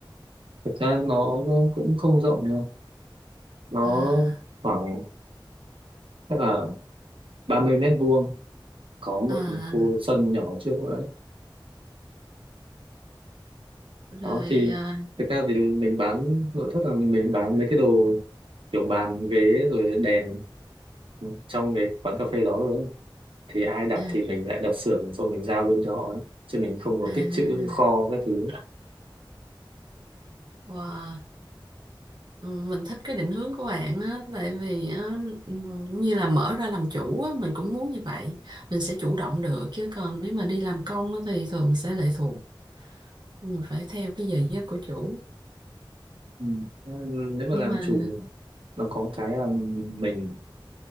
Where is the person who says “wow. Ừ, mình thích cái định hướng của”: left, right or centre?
Right